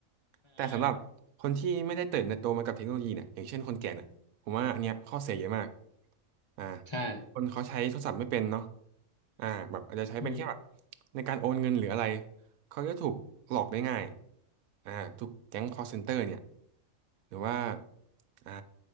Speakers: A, on the left; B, on the right.
A: ใช่
B: แต่สำหรับคนที่ไม่ได้เติบโตมากับเทคโนโลยีเนี่ยอย่างเช่นคนแก่เนี่ยผมว่าอันเนี้ยข้อเสียเยอะมากอ่า
A: ใช่
B: คนเขาใช้โทรศัพท์ไม่เป็นเนาะอ่าแบบอาจจะใช้เป็นแค่แบบ
A: อืม
B: ในการโอนเงินหรืออะไรเขาจะถูกหลอกได้ง่ายอ่าถูกแก๊ง call center เนี่ยหรือว่าอ่า